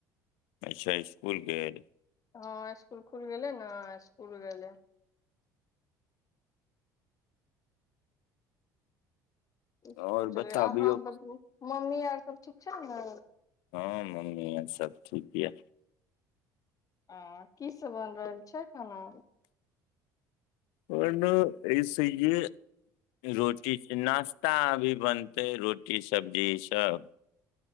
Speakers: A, on the left; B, on the left.
A: अचछा स्कूल गेल
B: हँ स्कूल खुल गेले ने स्कूल गेले स्कूल
A: और
B: चल
A: बताबियौ
B: अहाँ बतबू मम्मी आर सब ठीक छै ने
A: हँ मम्मी आर सब ठीक यऽ
B: आ की सब बन रहल छै खाना
A: परन असये रोटी छै नाश्ता अभी बनतै रोटी सब्जी ई सब